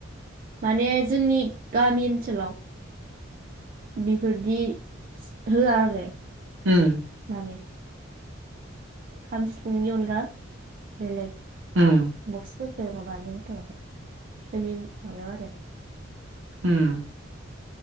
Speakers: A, on the right; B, on the right.
A: माने जोंनि गामि ओनसोलाव बेफोरदि होआ आरो
B: ओम
A: ने खाम, सिफुंनि अनगा बेलेग
B: उम
A: बक्सफोर ओ माबानो होथआखै जोंनि माबायाव आरो
B: ओम